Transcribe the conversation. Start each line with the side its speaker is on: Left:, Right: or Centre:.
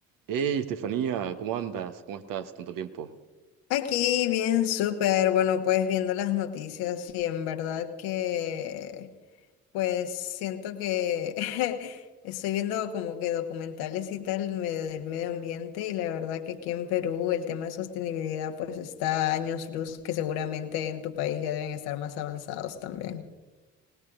Right: Hey, Estefanía, ¿cómo andas? ¿Cómo estás? Tanto tiempo.
Left: Aquí bien, súper. Bueno, pues viendo las noticias y en verdad que, pues siento que <laughs> estoy viendo como que documentales y tal medio del medio ambiente y la verdad que aquí en Perú el tema de sostenibilidad pues está a años luz que seguramente en tu país ya deben estar más avanzados también.